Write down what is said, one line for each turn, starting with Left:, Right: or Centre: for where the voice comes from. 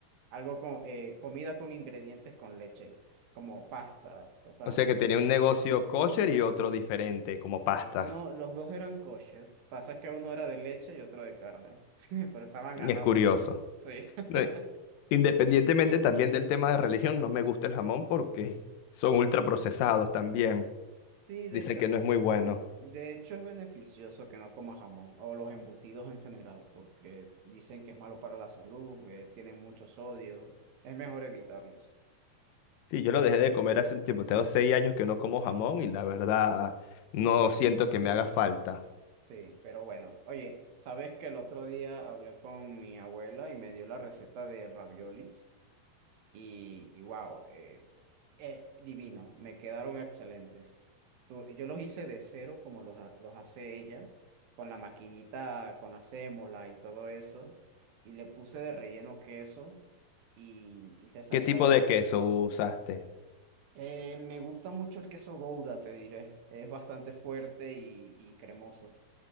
Right: algo con eh, comida con ingredientes con leche, como pastas, cosas
Left: O sea
Right: así.
Left: que tenía un negocio kosher y otro diferente, como
Right: Eh,
Left: pastas.
Right: no, los dos eran kosher. Pasa que uno era de leche y otro de carne, <laughs> pero estaban
Left: Es
Right: al lado.
Left: curioso.
Right: Sí. <laughs>
Left: Re- Independientemente también del tema de religión, no me gusta el jamón porque son ultraprocesados también.
Right: Sí, de
Left: Dicen
Right: hecho,
Left: que no es muy bueno.
Right: de hecho es beneficioso que no comas jamón o los embutidos en general, porque dicen que es malo para la salud, eh, tienen mucho sodio, es mejor evitarlos.
Left: Sí, yo lo dejé de comer hace un tiempo. Tengo seis años que no como jamón y la verdad no
Right: Sí.
Left: siento que me haga falta.
Right: Sí, pero bueno, oye, ¿sabes que el otro día hablé con mi abuela y me dio la receta de raviolis? Y, y wow, eh, eh, divino, me quedaron excelentes. Tú- yo los hice de cero como los, ha- los hace ella, con la maquinita, con la sémola y todo eso, y le puse de relleno queso y hice salsa
Left: ¿Qué tipo
Right: desde
Left: de
Right: cero.
Left: queso usaste?
Right: Eh, me gusta mucho el queso Gouda, te diré, es bastante fuerte y y cremoso.